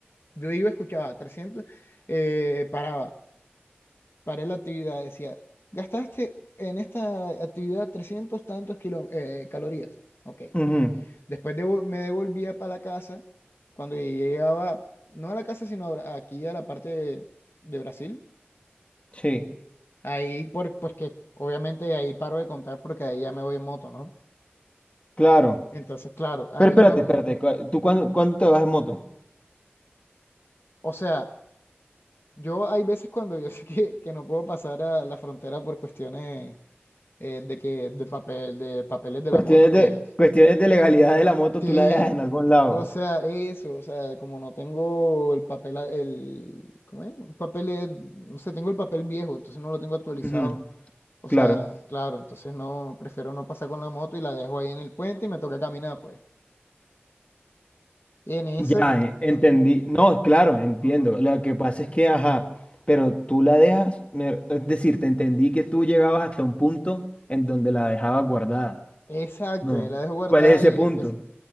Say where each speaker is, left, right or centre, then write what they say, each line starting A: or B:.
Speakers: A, on the left; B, on the left.
A: yo iba, escuchaba 300 eh, paraba, paré la actividad, decía, gastaste en esta actividad 300 tantos kilo- eh, calorías. Ok.
B: Ujú,
A: Después devo- me devolvía para la casa. Cuando llegaba, no a la casa, sino a Bra- aquí a la parte de, de Brasil.
B: Sí,
A: Ahí, por, pues que obviamente ahí paro de contar porque ahí ya me voy en moto, ¿no?
B: claro.
A: Entonces, claro, ahí
B: Pero espérate,
A: cuando...
B: espérate, cu- ¿tú cuándo, cuándo te vas en moto?
A: O sea, yo hay veces cuando yo <laughs> sé que, que no puedo pasar a la frontera por cuestiones eh, de que de papel, de papeles de
B: Cuestiones
A: la moto, que
B: de, cuestiones de legalidad de la moto,
A: Sí,
B: tú la dejas en algún lado.
A: o sea, eso, o sea, como no tengo el papel, a- el, ¿cómo es? Un papel, eh, no sé, tengo el papel viejo, entonces no lo tengo actualizado.
B: Ujú,
A: O
B: Claro.
A: sea, claro, entonces no, prefiero no pasar con la moto y la dejo ahí en el puente y me toca caminar, pues. Y en ese,
B: Ya, eh, entendí.
A: eh,
B: No, claro, entiendo.
A: ujú,
B: Lo que pasa es que, ajá, pero tú la dejas, me- es decir, te entendí que tú llegabas hasta un punto en donde la dejabas guardada.
A: exacto,
B: No.
A: ahí la dejo guardada
B: ¿Y cuál es ese
A: y ahí
B: punto?
A: empiezo.